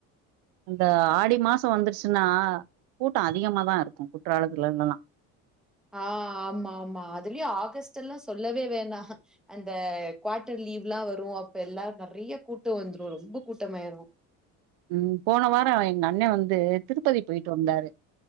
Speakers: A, on the right (about 80°); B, in the centre.
A: இந்த ஆடி மாச வந்துருச்சுன்னா கூட்டோ அதிகமாதா இருக்கு குற்றாலத்துலல்லா
B: ஆமா ஆமா அதுலயும் ஆகஸ்ட் எல்லாம் சொல்லவே வேணாம் அந்த குவார்டர் லீவ் எல்லாம் வரும் அப்ப எல்லாரும் நெறைய கூட்டம் வந்துடும் ரொம்ப கூட்டமாயிரும்
A: ம் போன வாரம் எங்க அண்ணன் வந்து திருப்பதி போயிட்டு வந்தாரு